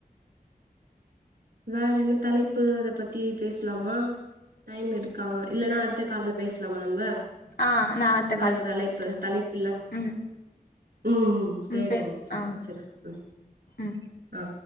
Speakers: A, on the right (about 80°); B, on the left (about 75°).
A: வேற என்ன தலைப்பு அத பத்தி பேசலாமா டைம் இருக்கா இல்லனா அடுத்த கால்ல பேசலாமா நம்ம
B: ஆ நா அடுத்த
A: வேற
B: கால்
A: தலைப்பு
B: சிஸ்டர்
A: தலைப்பு இல்ல
B: ம்
A: ம் சேரிங்க
B: ம் பேசு
A: சிஸ்டர்
B: ஆ
A: வச்சிறே ம்
B: ம்
A: அ